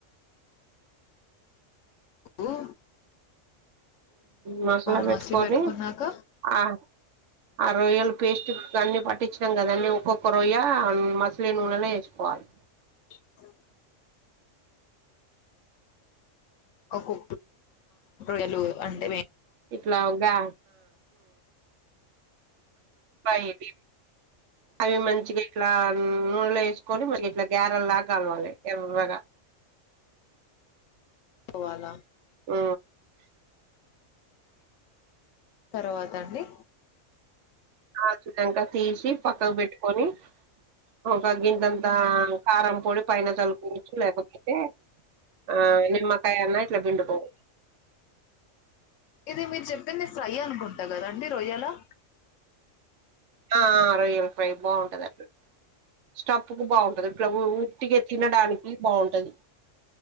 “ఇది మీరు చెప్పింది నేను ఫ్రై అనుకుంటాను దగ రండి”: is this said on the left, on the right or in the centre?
Left